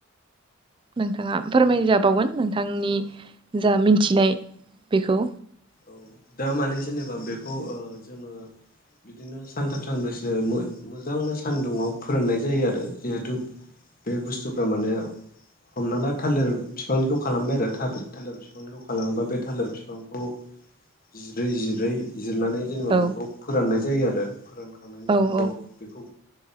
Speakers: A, on the right; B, on the left.
A: नोंथाङा फोरमायजाबावगोन नोंथांनि
B: औ
A: जा मिन्थिनाय बेखौ।
B: औ दा माने जेनेबा बेखौ ओ जोङो बिदिनो सानथाम सानब्रैसो मो मोजांनो सान्दुंङाव फोराननाय जायो आरो जिहेथु बे बुस्थुफ्रा माने हमना ला थालिर बिफांनिखौ खालामबाय आरो थालिर बिफांनिखौ खालामोबा बे थालिर बिफांखौ जिरै जिरै। बिजिरनानै जेनेबा
A: औ
B: बेखौ फोराननाय जायो आरो फोरानखांनायनि
A: औ
B: उनाव
A: औ
B: बेखौ